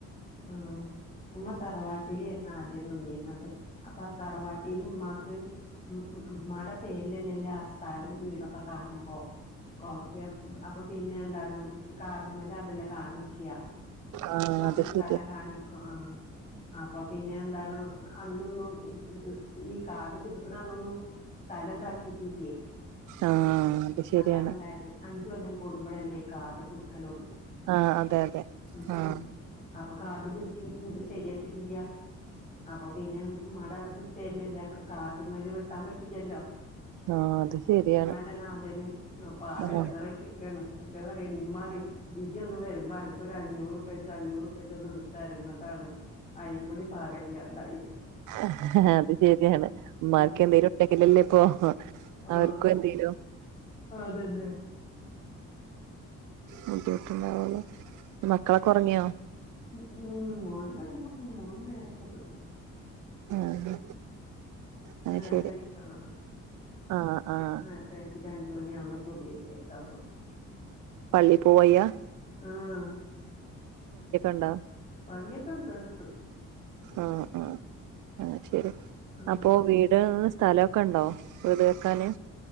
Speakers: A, on the left; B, on the right.
A: ആ ഉമ്മ തറവാട്ടിലേര്ന്ന് ആദ്യം നിന്നീര്ന്നത്. അപ്പാ തറവാട്ടീന്ന് ഉമ്മാക്ക് ഉം മ്മടെ പേരിലെന്നെല്ലാ സ്ഥലും വീടൊക്കെ കാണുമ്പോ കോപ്പി അപ്പൊ പിന്നെ എന്താണ് കാർഡ്മലതല്ലെ കാണിക്ക
B: ആഹ്
A: കോർച്ച്
B: അത്
A: സ്ഥലം
B: ശരിയാ
A: കാണിക്കും ആഹ് അപ്പൊ പിന്നെ എന്താണ് അന്നൊന്നും ഇ ഇത് സ് ഈ കാർഡ് പുതുക്കണന്നൊന്നും സ്ഥലം ന്താക്കിട്ടില്ലേ
B: ആഹ് അത് ശരിയാണ്
A: അതാണ് ണ്ടായത് അഞ്ച്കൊല്ലം കൂടുമ്പോഴല്ലേ ഈ കാർഡ് പുതുക്കലോടങ്ങ
B: ആഹ് അതെ അതെ
A: ഉം
B: ആഹ്
A: ഉം അപ്പൊ കാർഡ് പുതുക്കി ഇത് ശരിയാക്കിട്ടില്യ അപ്പൊ പിന്നെമ്മാടെ പേരിലില്ല ഒക്കെ കാർഡ്മ്മല് വെട്ടാൻ പറ്റില്ലല്ലോ
B: ആഹ് അത് ശരിയാണ്
A: മ്മല്ലേ നാഥനും പ്പാകെടങ്ങറായിട്ടി
B: ആ
A: ക്കാണ് മറ്റൊന്പറിയും മ്മറിയും ഇയ്യോന്ന് വരുമ്പോ അനക്കൊരഞ്ഞൂറു ചന്നൂറുപ്യച്ച് ഒന്നുടുത്തര്ന്നതാണ് അയിനും കൂടി പാകല്ലാണ്ടായി
B: ആഹ് അത് ശരിയാണ് ഉമാർക്കെന്തെങ്കിലും
A: ഉം
B: ണ്ടങ്കില്ലല്ലേപ്പൊ
A: ആഹ്
B: അവർക്കും എന്തേലോ
A: അതന്നെ
B: ബുദ്ധിമുട്ടുണ്ടാവുലെ മക്കളൊക്കൊറങ്ങിയോ
A: ഉം ഉം മോന് കെടന്നൊറങ്ങി മോൻ നേരത്തെ കെടന്നു
B: ആഹ് അത്
A: നേരത്തെനിക്കണന്ന്
B: ശരി ആഹ് ആഹ്
A: ആത്തഴച്ചിട്ട അഞ്ച മണിയ ആവുമ്പോ സുബ്‌ഹ്കരിക്കാ പോവു
B: പള്ളി പോവയ്യാ
A: ആഹ്
B: ഉണ്ടോ
A: പള്ളിയക്കണ്ടടുത്തു
B: ആഹ് ആഹ് ആഹ് ശരി
A: ആഹ്
B: അപ്പൊ വീട് സ്ഥലമൊക്കെ ഉണ്ടോ വീട് വെക്കാന്